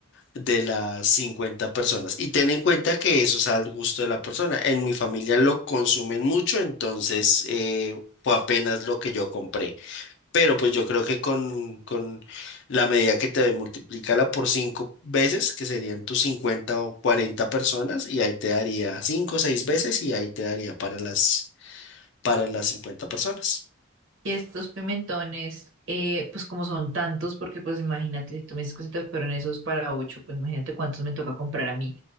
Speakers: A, on the left; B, on the right.
A: de las 50 personas. Y ten en cuenta que eso es al gusto de la persona. En mi familia lo consumen mucho, entonces eh, fue apenas lo que yo compré. Pero pues yo creo que con, con la medida que te doy, multiplícala por cinco veces, que serían tus 50 o 40 personas, y ahí te daría cinco o seis veces y ahí te daría para las, para las 50 personas.
B: Y estos pimentones, eh, pues como son tantos, porque pues imagínate, si tú me dices que se te fueron esos para ocho, pues imagínate cuántos me toca comprar a mí.